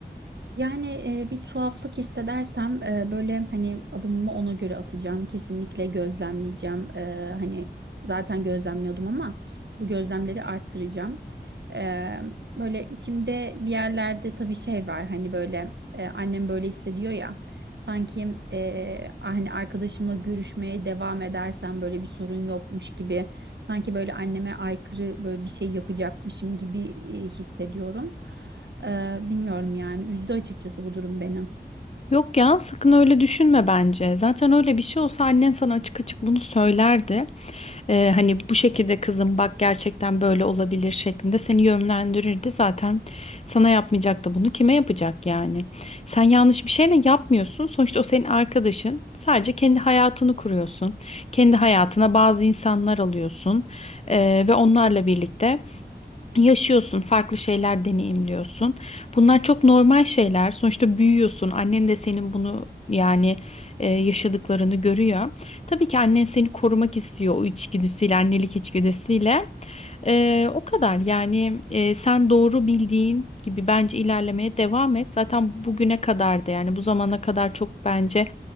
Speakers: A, on the right; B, on the left.
A: Yani e, bir tuhaflık hissedersem e, böyle hani adımımı ona göre atacağım. Kesinlikle gözlemleyeceğim. E, hani zaten gözlemliyordum ama bu gözlemleri arttıracağım. E, böyle içimde bir yerlerde tabii şey var hani böyle e, annem böyle hissediyor ya. Sanki e, hani arkadaşımla görüşmeye devam edersem böyle bir sorun yokmuş gibi. Sanki böyle anneme aykırı böyle bir şey yapacakmışım gibi e, hissediyorum. Ee, bilmiyorum yani üzdü açıkçası bu durum beni.
B: Yok ya, sakın öyle düşünme bence. Zaten öyle bir şey olsa annen sana açık açık bunu söylerdi. Ee, hani bu şekilde kızım bak gerçekten böyle olabilir şeklinde seni yönlendirirdi. Zaten sana yapmayacak da bunu kime yapacak yani? Sen yanlış bir şeyle yapmıyorsun. Sonuçta o senin arkadaşın. Sadece kendi hayatını kuruyorsun. Kendi hayatına bazı insanlar alıyorsun. Ee, ve onlarla birlikte yaşıyorsun, farklı şeyler deneyimliyorsun. Bunlar çok normal şeyler. Sonuçta büyüyorsun. Annen de senin bunu yani e, yaşadıklarını görüyor. Tabii ki annen seni korumak istiyor o içgüdüsüyle, annelik içgüdüsüyle. E, o kadar yani e, sen doğru bildiğin gibi bence ilerlemeye devam et. Zaten bugüne kadar da yani bu zamana kadar çok bence